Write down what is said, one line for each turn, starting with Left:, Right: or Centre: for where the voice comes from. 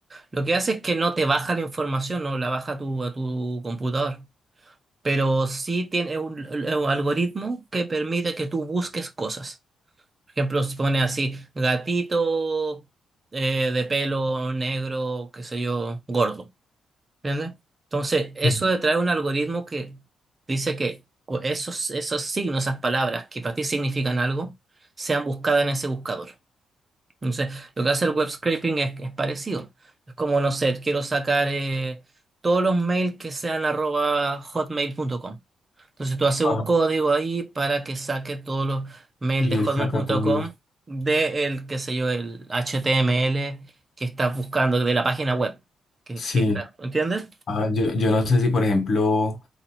Right: Lo que hace es que no te baja la información, no la baja a tu, a tu computador, pero sí tiene un un algoritmo que permite que tú busques cosas. Por ejemplo, se pone así, gatito eh, de pelo negro, qué sé yo, gordo. ¿Entiendes? Entonces, eso
Left: Ujú.
Right: de traer un algoritmo que dice que cu- esos, esos signos, esas palabras que para ti significan algo, sean buscadas en ese buscador. Entonces, lo que hace el web scraping es, es parecido. Es como, no sé, quiero sacar eh, todos los mails que sean arroba hotmail.com. Entonces tú haces
Left: Ajá.
Right: un código ahí para que saque todos los mails
Left: Y
Right: de
Left: él
Right: hotmail.com
Left: saca todos los...
Right: de el, qué sé yo, el HTML que estás buscando de la página web. Que,
Left: Sí.
Right: que está- ¿entiendes?
Left: Ah, yo, yo no sé si, por ejemplo,